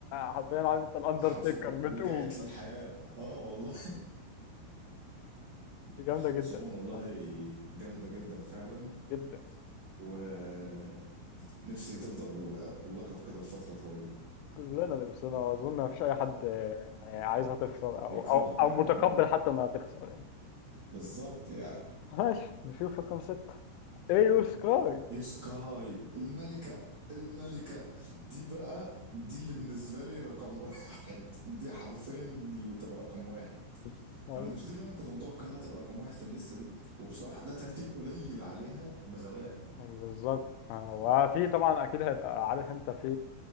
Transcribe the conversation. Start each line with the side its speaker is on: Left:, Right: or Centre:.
Left: حرفيا عارف انت الاندرتيكر
Right: حرفيا
Left: بتقوم
Right: رجعت لي الحياه اه والله
Left: <laughs> جامده
Right: <laughs>
Left: جدا
Right: سون
Left: الصراحة،
Right: والله جامده جدا فعلا
Left: جدا
Right: ونفسي تفضل باللقب كده لفتره طويله
Left: كلنا لبسنا واظن ما فيش اي حد آه، يعني عايزها تخسر او
Right: بيكرهها
Left: او او
Right: يعني
Left: متقبل
Right: اه
Left: حتى انها تخسر يعني
Right: بالظبط يعني
Left: ماشي نشوف رقم ستة ايو سكاي
Right: إيه سكاي الملكة الملكة دي بقى دي اللي بالنسبة لي رقم واحد دي حرفيا اللي تبقى رقم واحد
Left: <laughs>
Right: أو مش دي اللي أنا كنت متوقع إنها تبقى رقم واحد في الليستة دي وبصراحة ده ترتيب قليل عليها بغباء
Left: بالظبط آه، وفي طبعا اكيد هيبقى عارف انت في